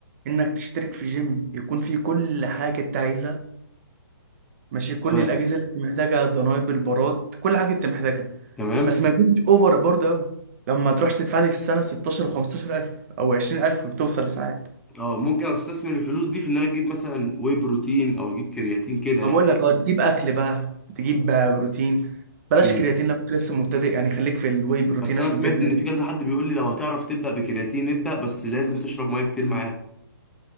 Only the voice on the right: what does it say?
انك تشترك في جيم يكون فيه كل حاجه انت عايزها ماشي كل
الاجهزه اللي انت محتاجها الدنابل البارات كل حاجه انت محتاجها
بس ما يكونش اوفر برضه قوي لما تروحش تدفع لي في السنه 16 و 15000 او 20000 بتوصل ساعات
ما
بقول لك اه تجيب اكل بقى تجيب آه، بروتين بلاش
كرياتين لو انت لسه مبتدئ يعني خليك في الواي بروتين
عشان
تبني